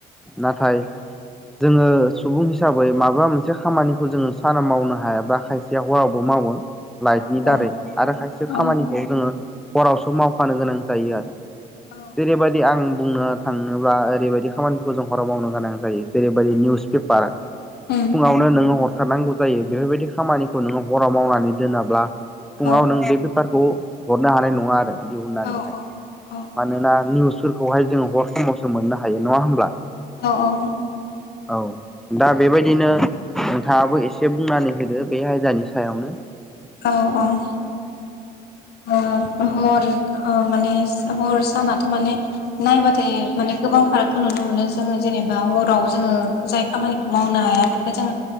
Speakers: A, in the centre; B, on the left.
A: नाथाय जोंङो सुबुं हिसाबै माबा मोनसे खामानिखौ जोंङो साना मावनो हायाब्ला खायसेया हरावबो मावो। लाइटनि
B: औ
A: दारै
B: औ
A: आरो खायसे
B: औ
A: खामानिखौ जोंङो हरावसो मावफानो गोनां जायो आरो
B: औ
A: जेरैबायदि आं बुंनो थाङोब्ला ओरैबायदि खामानिफोरखौ जों हराव मावनो गोनां जायो। जेरैबायदि निउस पेपार
B: औ
A: फुङावनो नोंङो हर थारनांगौ जायो बेफोरबायदि खामानिखौ नोंङो हराव मावनानै दोनाब्ला फुङाव
B: औ
A: नों जेबो खौ हरनो हानाय नङा आरो दिहुननानैहाय
B: औ औ
A: मानोना निउसफोरखौहाय जोंङो हर समावसो मोननो हायो नङा होमब्ला
B: औ औ
A: औ दा बेबायदिनो नोंथाङाबो एसे बुंनानै होदो बे आयदानि सायावनो।
B: हराव औ हर माने हर सानाथ' माने नायबाथाय माने गोबां फारागखौ नुनो मोनो जोङो जेनेबा हराव जोंङो जाय खामानिखौ मावनो हाया बे जों